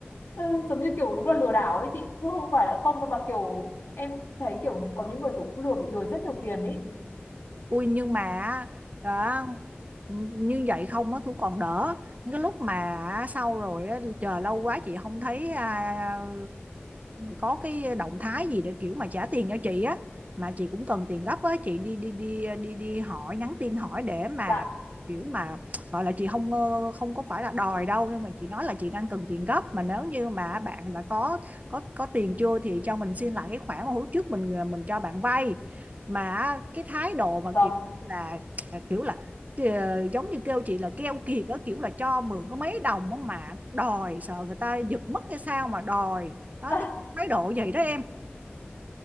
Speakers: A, on the left; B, on the right.
A: ừ, giống như kiểu đúng là lừa đảo ấy chị chứ không phải là không đâu mà kiểu em thấy kiểu những- có những người kiểu cũng lừa bị lừa rất nhiều tiền ấy
B: Ui nhưng mà đó, như vậy không á cũng còn đỡ những cái lúc mà sau rồi á, chờ lâu quá chị không thấy à, có cái động thái gì để kiểu mà trả tiền cho chị á mà chị cũng cần tiền gấp á chị đi đi đi đi đi hỏi nhắn tin hỏi để mà
A: dạ
B: kiểu mà gọi là chị không ờ, không có phải là đòi đâu nhưng mà chị nói là chị đang cần tiền gấp mà nếu như mà bạn đã có có có tiền chưa thì cho mình xin lại cái khoản mà hôm trước mình ờ, mình cho bạn vay mà cái thái độ mà
A: vâng
B: kiểu là à, kiểu là ờ, giống như kêu chị là keo kiệt đó kiểu là cho mượn có mấy đồng mà đòi sợ người ta giật mất hay sao mà đòi đó
A: à,
B: cái thái độ vậy đó em